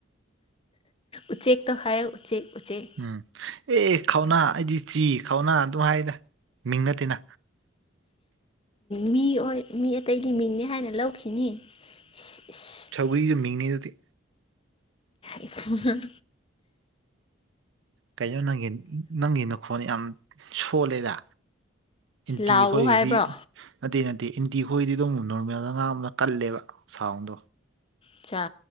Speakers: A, on the left; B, on the right.
A: ꯎꯆꯦꯛꯛꯇꯣ ꯍꯥꯏ ꯎꯆꯦꯛ ꯎꯆꯦꯛ
B: ꯎꯝ ꯑꯦ ꯈꯧꯅꯥ ꯑꯩꯗꯤ ꯆꯤ ꯈꯧꯅꯥ ꯑꯗꯨꯝ ꯍꯥꯏꯗ ꯃꯤꯡ ꯅꯠꯇꯦꯅ
A: ꯃꯤ ꯑꯣꯏ ꯃꯤ ꯑꯇꯩꯒꯤ ꯃꯤꯡꯅꯤ ꯍꯥꯏꯅ ꯂꯧꯈꯤꯅꯤ <unintelligible>
B: ꯁꯧꯒꯔꯤꯒꯤ ꯃꯤꯡꯅꯤ ꯑꯗꯨꯗꯤ
A: ꯑ ꯐꯣꯟ
B: ꯀꯩꯅꯩꯅꯣ ꯅꯪꯒꯤ ꯅꯪꯒꯤ ꯅꯈꯣꯟ ꯌꯥꯝ ꯁꯣꯜꯂꯦꯗ ꯏꯟꯇꯤ
A: ꯂꯥꯎꯋꯣ
B: ꯑꯩꯈꯣꯏꯒꯤꯗꯤ
A: ꯍꯥꯏꯕ꯭ꯔꯣ
B: ꯅꯠꯇꯦ ꯅꯠꯇꯦ ꯏꯟꯇꯤ ꯈꯣꯏꯗꯤ ꯑꯗꯨꯝ ꯅꯣꯔꯃꯦꯜꯗ ꯑ ꯉꯥꯡ ꯑꯃꯗ ꯀꯜꯂꯦꯕ ꯁꯥꯎꯟꯗꯣ
A: ꯑꯆꯥ